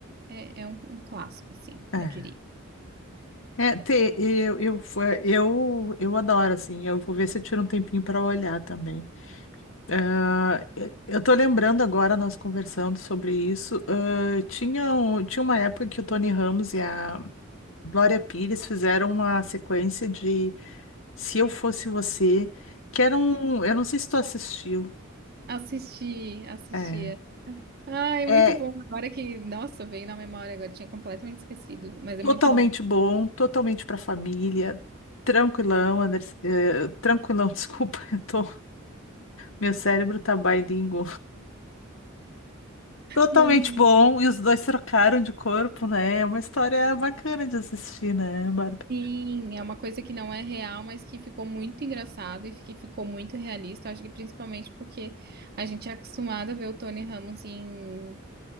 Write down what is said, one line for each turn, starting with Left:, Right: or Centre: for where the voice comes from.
Right: é é um um clássico, assim,
Left: É.
Right: eu diria.
Left: É, te- eu, eu, fo- eu, eu adoro, assim, eu vou ver se eu tiro um tempinho para olhar também. Ah, eu eu tô lembrando agora, nós conversando sobre isso, ah, tinha, um- tinha uma época que o Tony Ramos e a Glória Pires fizeram uma sequência de Se Eu Fosse Você, que era um, eu não sei se tu assistiu,
Right: Assisti, assisti.
Left: é,
Right: Ai,
Left: é
Right: muito bom. Agora que, nossa, veio na memória, agora tinha completamente esquecido, mas é
Left: totalmente
Right: muito bom.
Left: bom, totalmente pra família, tranquilão, Anderson, eh, tranquilão, <laughs> desculpa, eu tô... Meu cérebro tá bilíngue Totalmente
Right: Não,
Left: bom, e os dois trocaram de corpo, né? É uma história bacana de assistir, né, Bárbara?
Right: sim, é uma coisa que não é real, mas que ficou muito engraçado e que ficou muito realista. Acho que principalmente porque a gente é acostumado a ver o Tony Ramos em,